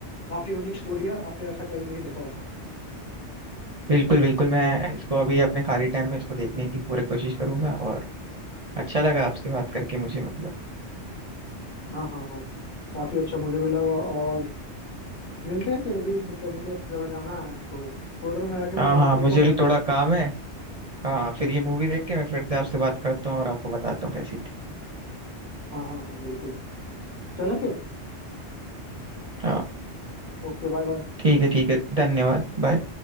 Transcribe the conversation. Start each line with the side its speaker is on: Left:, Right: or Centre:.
Left: काफी यूनिक स्टोरी है आपने ऐसा कभी नहीं देखा होगा
Right: बिल्कुल बिल्कुल मैं इसको अभी अपने खाली टाइम में इसको देखने की पूरी कोशिश करूंगा और अच्छा लगा आपसे बात करके मुझे मतलब
Left: हाँ हाँ हाँ काफी अच्छा मुझे भी लगा और मिलते हैं फिर अभी मतलब मुझे एक जगह जाना है तो थोड़ी देर में आके
Right: हाँ
Left: मैं बात
Right: हाँ
Left: करता
Right: मुझे
Left: हूँ
Right: भी
Left: आपसे
Right: थोड़ा काम है हाँ फिर ये मूवी देख के मैं फिर से आपसे बात करता हूँ और आपको बताता हूँ कैसी थी
Left: हाँ हाँ हाँ बिल्कुल चलें फिर
Right: हाँ
Left: Okay bye bye
Right: ठीक है ठीक है धन्यवाद बाय